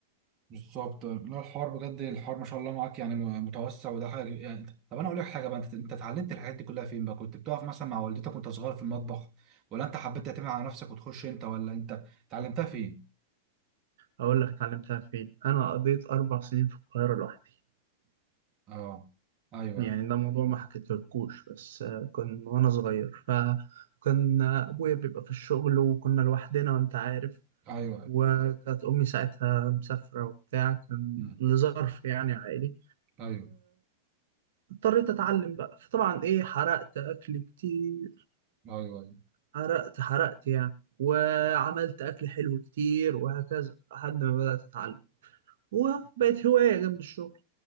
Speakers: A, on the right; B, on the right.
A: بالظبط لا الحوار بجد الحوار ما شاء الله معاك يعني متوسع وده حاجه يعني طب انا اقول لك حاجه بقى انت انت اتعلمت الحاجات دي كلها فين بقى كنت بتقف مثلا مع والدتك وانت صغير في المطبخ ولا انت حبيت تعتمد على نفسك وتخش انت ولا انت اتعلمتها فين
B: اقول لك اتعلمتها فين انا قضيت اربع سنين في القاهرة لوحدي
A: اه ايوه
B: يعني
A: ايوه
B: ده موضوع ما حكيتلكوش بس آه، كان وانا صغير فكان ابويا بيبقى في الشغل وكنا لوحدنا وانت عارف
A: ايوه أيوة.
B: وكانت امي ساعتها مسافرة وبتاع كان
A: مم.
B: لظرف يعني عائلي
A: ايوه
B: اضطريت اتعلم بقى فطبعا ايه حرقت اكل كتير
A: ايوه, أيوة.
B: حرقت حرقت يعني وعملت اكل حلو كتير وهكذا لحد ما بدأت اتعلم وبقت هواية جنب الشغل